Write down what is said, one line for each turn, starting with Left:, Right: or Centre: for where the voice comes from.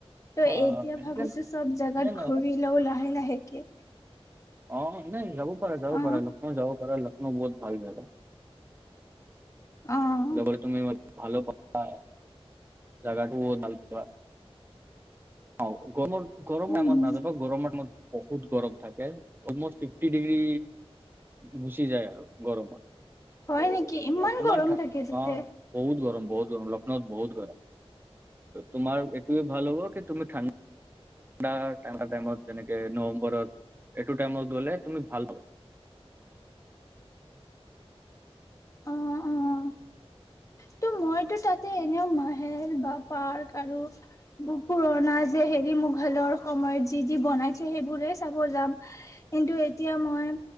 Left: ত'
Right: অ
Left: এতিয়া
Right: এনেকে
Left: ভাবিছো,
Right: ন
Left: ছব জোগাত
Right: এনে নহয়
Left: ঘূৰি লও লাহে, লাহেকে।
Right: অ', নাই, যাব পাৰা, যাব
Left: অ
Right: পাৰা, লক্ষ্ণৌ যাব পাৰা, লক্ষ্ণৌ বহুত ভাল জাগা।
Left: অ'।
Right: <unintelligible> জাগাটো বহুত ভাল পোৱা। অ', গৰমৰ, গৰমৰ
Left: উম
Right: টাইমত নাযাবা, গৰমত বহুত গৰম থাকে, অলমষ্ট ফিফটি ডিগ্ৰী। গুচি যায় আৰু গৰমত, ত'
Left: হয় নেকি ইমান
Right: অকমান
Left: গৰম
Right: ঠা
Left: থাকে তাতে
Right: অ'। বহুত গৰম, বহুত গৰম, লক্ষ্ণৌত বহুত গৰম, তোমাৰ এইটোৱে ভাল হ'ব কি, তুমি ঠাণ্ডা ঠাণ্ডাৰ, ঠাণ্ডা টাইমত যেনেকে, নৱেম্বৰৰত এইটো টাইমত গ'লে তুমি ভাল পাবা।
Left: অ', অ'। ত' মইতো তাতে, এনেও মাহেল বা পাৰ্ক আৰু পুৰণা যে, হেৰি মোগলৰ সময়ত যি, যি, বনাইছে সেইবোৰে চাব যাম। কিন্তু, এতিয়া মই